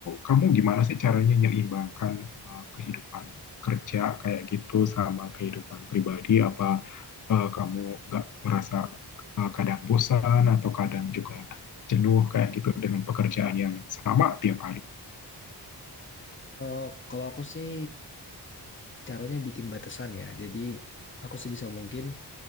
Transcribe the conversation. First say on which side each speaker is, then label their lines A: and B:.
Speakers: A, on the left (about 50°); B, on the left (about 30°).
A: kamu gimana sih caranya menyeimbangkan eh, kehidupan kerja kayak gitu sama kehidupan pribadi? Apa eh, kamu nggak merasa eh, kadang bosan atau kadang juga jenuh kayak gitu dengan pekerjaan yang sama tiap hari?
B: Oh, kalau aku sih caranya bikin batasan ya jadi aku sebisa mungkin